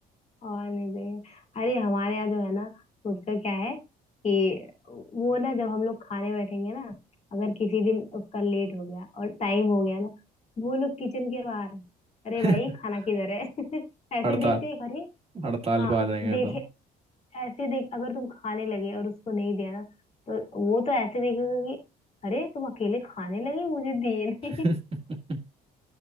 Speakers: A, on the left; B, on the right.
A: और नहीं चाहिए अरे हमारे यहाँ जो है ना उसका क्या है कि वो ना जब हम लोग खाने बैठेंगे ना अगर किसी दिन उसका लेट हो गया और टाइम हो गया ना वो लोग किचन के बाहर अरे
B: <laughs>
A: भाई खाना किधर है <laughs> ऐसे
B: हड़ताल
A: देखते ही अरे
B: हड़ताल
A: हाँ
B: पे आ जाएंगे
A: देखे
B: तो
A: ऐसे देख अगर तुम खाने लगे और उसको नहीं दिया ना तो वो तो ऐसे देखेगा कि अरे तुम अकेले खाने लगे मुझे दिए नहीं
B: <laughs>
A: <laughs>